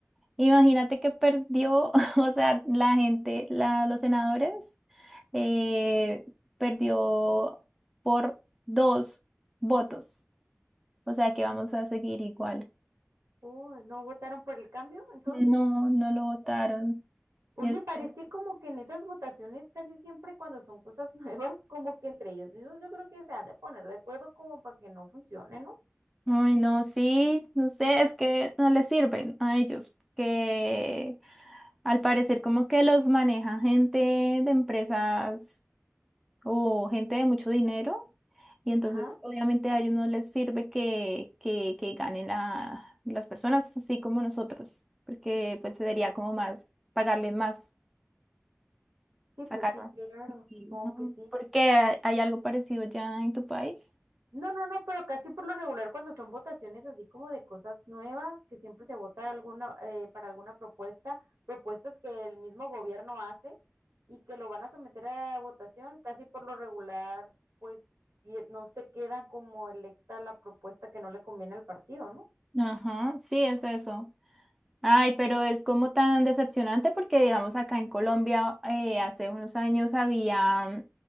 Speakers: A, in the centre; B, on the right.
A: Imagínate que perdió, <laughs> o sea, la gente, la, los senadores, eh, perdió por dos votos. O sea que vamos a seguir igual.
B: Oh, ¿no votaron por el cambio entonces?
A: No, no lo votaron.
B: Oye,
A: y este
B: parece como que en esas votaciones casi siempre cuando son cosas <laughs> nuevas, como que entre ellos mismos yo creo que se han de poner de acuerdo como para que no funcione, ¿no?
A: Ay, no, sí, no sé, es que no les sirven a ellos, que al parecer como que los maneja gente de empresas o gente de mucho dinero, y entonces
B: Ajá.
A: obviamente a ellos no les sirve que, que, que ganen la, las personas así como nosotros, porque pues sería como más, pagarles más,
B: Sí,
A: sacar
B: pues sí,
A: más.
B: claro,
A: Sí,
B: supongo
A: no,
B: que sí.
A: porque hay algo parecido ya en tu país.
B: No, no, no, pero casi por lo regular cuando son votaciones así como de cosas nuevas, que siempre se vota alguna, eh, para alguna propuesta, propuestas que el mismo gobierno hace y que lo van a someter a votación, casi por lo regular, pues y- no se queda como electa la propuesta que no le conviene al partido, ¿no?
A: Ajá, sí, es eso. Ay, pero es como tan decepcionante porque, digamos, acá en Colombia eh, hace unos años había,